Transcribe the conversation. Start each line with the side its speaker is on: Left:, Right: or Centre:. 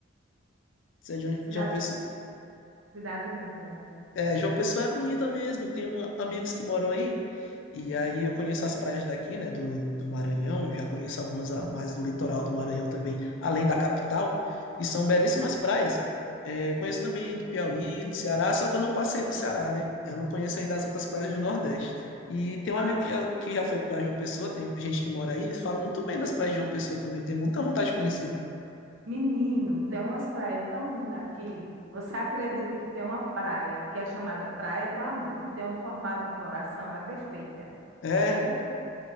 Left: Você é de João
Right: Cidade,
Left: João Pessoa.
Right: cidade linda.
Left: É, João Pessoa é bonita mesmo. Tenho amigos que moram aí. E aí eu conheço as praias daqui, né, do, do Maranhão. Já conheço algumas a- mais do litoral do Maranhão também, além da capital. E são belíssimas praias. É, conheço também do Piauí, do Ceará, só que eu não passei do Ceará, né? Eu não conheço ainda as outras praias do Nordeste. E tem um
Right: Ah,
Left: amigo que já, que já foi para João Pessoa, tem gente que mora aí, eles falam muito bem das praias de João Pessoa também, tem muita vontade de conhecer.
Right: Menino, tem umas praias tão lindas aqui. Você acredita que tem uma praia que é chamada Praia do Amor, que tem um formato de um coração? É perfeita.
Left: É,
Right: É perfeita.